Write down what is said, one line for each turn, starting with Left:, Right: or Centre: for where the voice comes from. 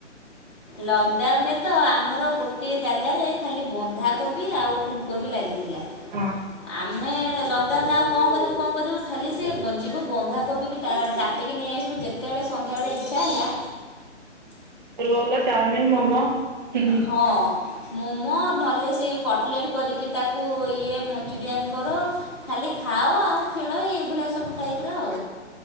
Left: ଲକଡାଉନରେ ତ ଆମର ଗୋଟିଏ ଜାଗାରେ ଖାଲି ବନ୍ଧାକୋବି ଆଉ ଫୁଲକୋବି ଲାଗିଛି। ଥିଲା
Right: ହଁ
Left: ଆମେ ଲକଡାଉନ ଆଉ। କଣ କରିବୁ କଣ କରିବୁ ଖାଲି ସେ ଯିବୁ ବନ୍ଧାକବିକି କାଟିକୀ ନେଇଆସିବୁ ଯେତେବେଳେ ସନ୍ ଏଡା ଇଛାଲା।
Right: ରଲ ଚଉମିନ୍ ମୋମୋ ହ।
Left: ହଁ ମୋମୋ ନହେଲେ ସେ କଟଲେଟ୍ କରିକି ତାକୁ ଇଏ ମଞ୍ଚୁରିଆଁନ କର ଖାଲି। ଖାଅ ଆଉ ଖେଳ ଏଭଳିଆ ସବୁ ଟାଇପ୍ର।